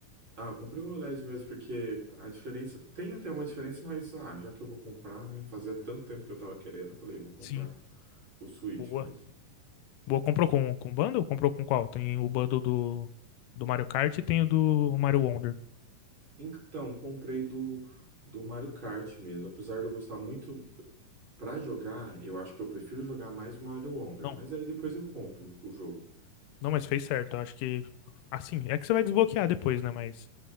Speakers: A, on the right; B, on the left.
A: Ah, comprei um OLED mesmo, porque a diferença. Tem até uma diferença, mas ah, já que eu vou comprar, né? Fazia tanto tempo que eu tava querendo, eu falei, vou comprar
B: Sim.
A: o Switch
B: Boa.
A: mesmo.
B: Boa, comprou com, com bundle? Comprou com qual? Tem o bundle do, do Mario Kart e tem o do Mario Wonder.
A: Então, comprei do, do Mario Kart mesmo. Apesar de eu gostar muito pra jogar, eu acho que eu prefiro jogar mais o Mario Wonder.
B: Não,
A: Mas aí depois eu compro o jogo.
B: não, mas fez certo. Eu acho que. Assim, é que você vai desbloquear depois, né? Mas.